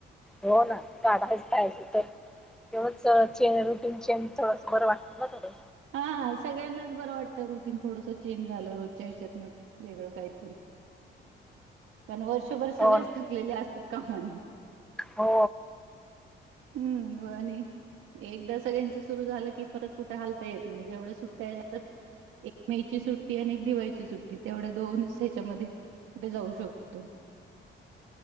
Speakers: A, in the centre; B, on the right.
A: हो ना काढायच पाहिजे तर तेवढंच चेंज रुटीन चेंज थोडंसं बरं वाटतं ना थोडं
B: हा सगळ्यांनाच बरं वाटतं रुटीन थोडंसं चेंज झालं रोजच्या हेच्यातन वेगळं काहीतरी कारण वर्षभर
A: हो
B: सगळेच
A: न.
B: थकलेले असतात कहाणी
A: हो
B: हम्म व आणि एकदा सगळ्यांच सुरु झालं की परत कुठे हालता येत नाही जेवढ्या सुट्ट्या एक मेची सुट्टी आणि एक दिवाळीची सुट्टी तेवढ्या दोनच ह्याच्यामध्ये कुठे जाऊ शकतो